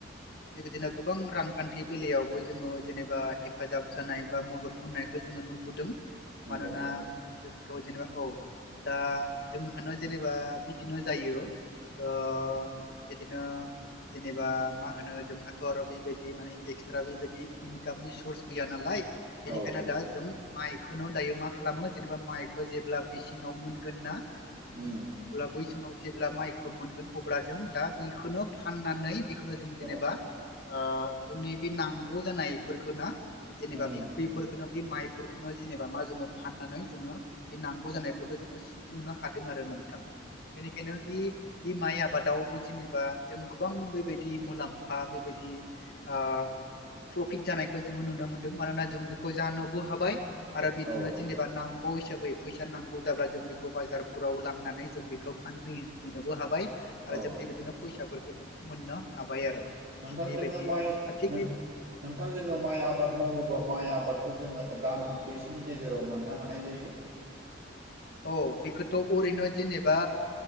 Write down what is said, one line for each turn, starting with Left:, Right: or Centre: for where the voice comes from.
Left: बेबायदिनो गोबां रांखान्थि बेलायावबो जोङो जेनेबा हेफाजाब जानाय बा मदद मोननाय जोङो नुबोदों
Right: नंगौ
Left: मानोना जों जेनेबा औ दा जोंहानो जेनेबा बिदिनो जायो ओ बिदिनो जेनेबा मा होनो जोंहाथ' आरो बेबायदि माने एक्सट्रा बेबायदि इनकामनि सर्स गैया नालाय बेनिखायनो
Right: औ
Left: दा जों माइखौनो दायो मा खालामो जेनेबा माइखौ जेब्ला मेसेङाव मोनगोन ना होमब्ला
Right: उम
Left: बै समाव जेब्ला माइखौ मोनगोन अब्ला जों दा बेखौनो फाननानै बेखौनो जों जेनेबा
Right: औ
Left: ओ जोंनि बे नांगौ जानायफोरखौ ना जेनेबा
Right: उम
Left: बेफोरखौनो बे माइफोरखौनो जेनेबा मा जोङो फाननानै जोङो बे नांगौ जानायफोरखौ जोङो सुफुंनो हादों आरो नोंथां बेनिखायनो बे बे माइ आबादावबो जेनेबा जों गोबां बेबायदि मुलाम्फा बेबायदि ओ प्रफिट जानायखौ जोङो नुनो मोनदों मानोना जों बेखौ जा बो हाबाय आरो बिदिनो
Right: औ
Left: जेनेबा नांग नांगौ हिसाबै फैसा नांगौ जाब्ला जों बेखौ बाजारफोराव लांनानै जों बेखौ फान हैनोबो हाबाय आरो
Right: औ
Left: जों बेबायदिनो फैसाफोरखौ जों मोननो हाबाय आरो
Right: नोंथां
Left: थिग बेबायदि
Right: जोंङो माइ
Left: आरो थिग
Right: नोंथां
Left: बे
Right: जोंङो माइ आबाद मावोबा माइ आबाद खौ जोङो दान मोनबैसोनि गेजेराव मोननो हानाय जायो
Left: औ बेखौथ' अरैनो जेनेबा